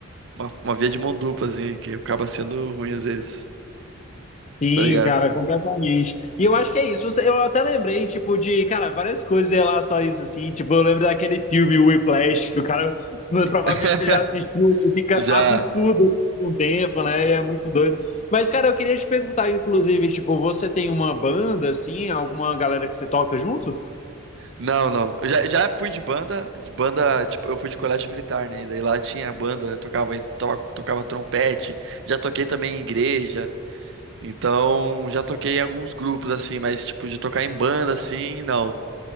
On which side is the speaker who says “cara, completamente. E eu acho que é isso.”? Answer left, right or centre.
Left